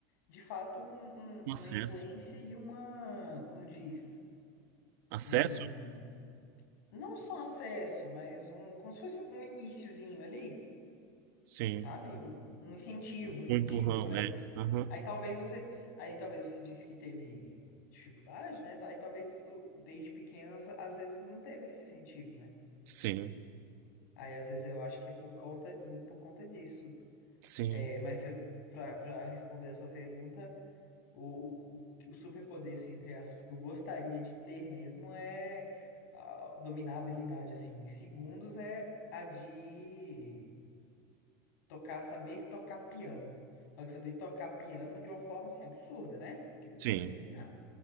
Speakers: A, on the left (about 80°); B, on the right (about 75°).
A: de fato um-
B: Acesso.
A: um- uma influência e uma, como diz,
B: Acesso?
A: um não só acesso, mas um, como se fosse um iniciozinho ali,
B: Sim.
A: sabe? Um, um incentivo, um incentivo
B: Um empurrão,
A: para isso.
B: é. Aham.
A: Aí talvez você, aí talvez você disse que teve dificuldade, né? Aí talvez o- desde pequenos, às vezes você não teve esse incentivo, né?
B: Sim,
A: Aí às vezes eu acho que é por conta do, por conta disso.
B: sim,
A: É, mas para responder a sua pergunta O, o, o o superpoder, assim, entre aspas, que eu gostaria de ter mesmo é ah, dominar a habilidade, assim, em segundos, é a de tocar, saber tocar piano. Só que saber tocar piano de uma forma, assim, absurda, né? Porque
B: sim.
A: é dominar.